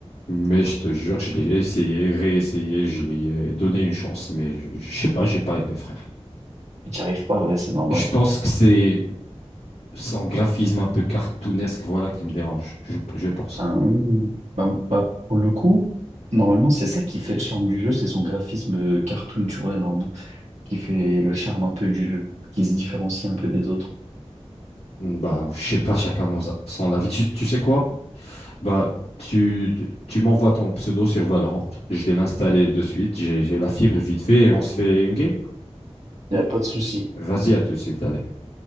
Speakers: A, on the left; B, on the right.
A: Mais je te jure, je l'ai essayé, réessayé, je lui ai donné une chance, mais je, je sais pas, j'ai pas aimé, frère.
B: Tu n'y arrives pas, ouais, c'est normal.
A: Je pense que c'est son graphisme un peu cartoonesque, voilà, qui me dérange, je, je pense.
B: Hein, bah, bah, pour le coup, normalement, c'est ça qui fait le charme du jeu, c'est son graphisme euh, cartoon, tu vois, normalement, qui fait le charme un peu du jeu, qui se différencie un peu des autres.
A: Bah, je sais pas, chacun nos, son avis. Tu, tu sais quoi? Bah, tu, tu m'envoies ton pseudo sur Valorant. Je vais l'installer de suite. J'ai j'ai la fibre vite fait et on se fait une game.
B: Il n'y a pas de souci.
A: Vas-y, à tout de suite, allez.